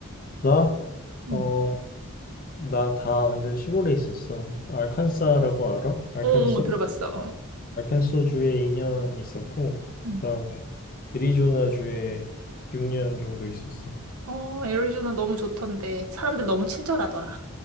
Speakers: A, on the left; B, on the right.
A: 나?
B: 응.
A: 어, 나 다 완전 시골에 있었어. 알칸사라고 알아? 알칸소?
B: 어, 어, 들어봤어.
A: 알칸소 주에 2년 있었고,
B: 어.
A: 그 다음에 애리조나 주에 6년 정도 있었어.
B: 어, 애리조나 너무 좋던데. 사람들 너무 친절하더라.